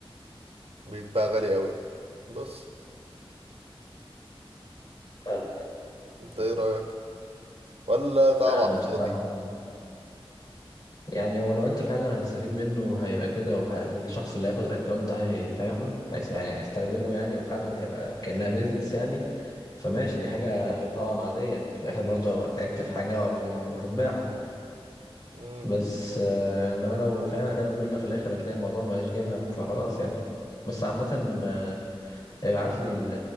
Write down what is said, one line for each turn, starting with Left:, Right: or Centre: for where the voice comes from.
Right: بيتباع غالي أوي يعني بس
Left: فاهم.
Right: أنت إيه رأيك؟ ولا
Left: لا
Right: تعب على
Left: انا
Right: الفاضي؟
Left: بصراحة يعني هو لو انت فعلا هتستفيد منه هيبقى كده وه- الشخص اللي هياخد الاكونت ده هيفهم هيستخدمه يعني وفعلا هيبقى كأنها بيزنس يعني فماشي
Right: مم.
Left: دي حاجة طبعا عادية انت في الاخر برضه تعبت في حاجة او هتبيعها
Right: مم.
Left: بس آه، انما لو فعلا هتعمل كل ده في الاخر هتلاقي الموضوع مبقاش جايب همه فخلاص يعني بس عامة آه، ابعت لي ال-